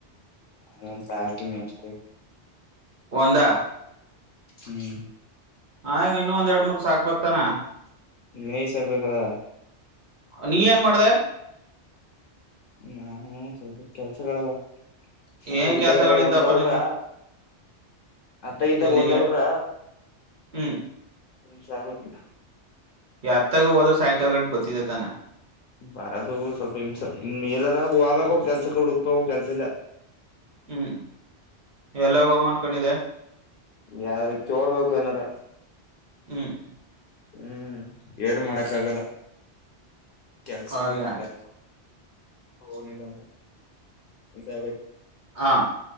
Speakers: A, on the left (about 60°); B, on the right (about 50°).
A: ಹಂತ ಹಾಕಮೆ ಅಷ್ಟೆ
B: ಒಂದ
A: ಹ್ಮ್
B: ಆಗ ಇನ್ನ ಒಂದ ಎರಡ್ ಮೂರ್ ಸಾಕ್ಬೇಕತಾನ
A: ನೇಯ್ ಸರ್ಬೇಕಲ್ಲ
B: ನೀ ಏನ್ ಮಾಡ್ದ
A: ನಾನು ಸ್ವಲ್ಪ ಕೆಲ್ಸಗಳವ ಅತ್ತೆಗಿದ್ದಾಗಲ್ಲ
B: ಏನ್ ಕೆಲ್ಸಗಳಿದ್ದಪ್ಪ
A: ಹೊಂಟ ಬಿಡ್ರ
B: ನಿಂಗ
A: ಅತ್ತಗಿದ್ದಾಗ
B: ಎಲ್ಲಿಗೆ
A: ಹೊಂಟ ಬಿಡ್ರ
B: ಹ್ಮ್
A: ಹಸ ಆಗತ್ತ
B: ಅತ್ತಗ ಹೋದ್ರ ಸಾಯಂಕಾಲ ಗಂಟು ಬರ್ತಿದ್ದ ತಾನ
A: ಬರದು ಸ್ವಲ್ಪ ಹಿಂಸ ಇ ಎಲ್ಲಾರ ಹವಾಗ ಕೆಲ್ಸ ಕಡು ಉಪ್ಪಾಗ ಕೆಲ್ಸ ಇಲ್ಲ
B: ಹ್ಮ್ ಎಲ್ಲೋಗ ಅಮ ಅನ್ಕೊಂಡಿದೆ
A: ಯಾರಾರಿಗೆ ಕೇಳ್ಬೇಕು ಏನಾರ
B: ಹ್ಮ್
A: ಹ್ಮ್ ಏರ ಮಾಡಕ್ಕ ಆಗಲ್ಲ ಕೆಲ್ಸ
B: ಹಾಗೆ
A: ಇಲ್ಲ ಕೆಲ್ಸ ಹೌನಲ್ಲ ಈಸಾಗ
B: ಹಾ